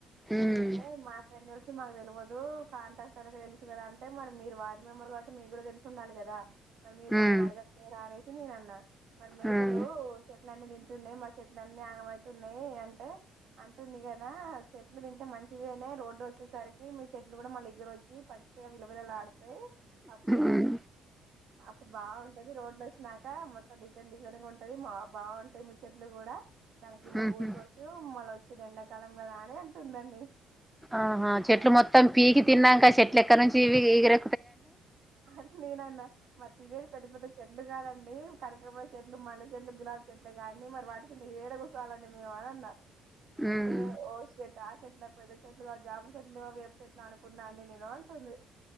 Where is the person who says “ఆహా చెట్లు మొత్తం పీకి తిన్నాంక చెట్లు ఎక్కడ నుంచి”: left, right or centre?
Centre